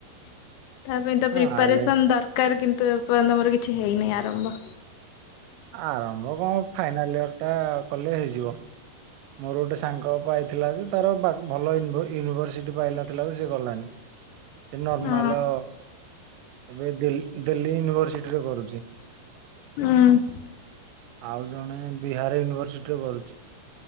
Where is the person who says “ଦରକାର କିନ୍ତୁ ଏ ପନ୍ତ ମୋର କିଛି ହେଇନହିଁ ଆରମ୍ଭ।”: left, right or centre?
Left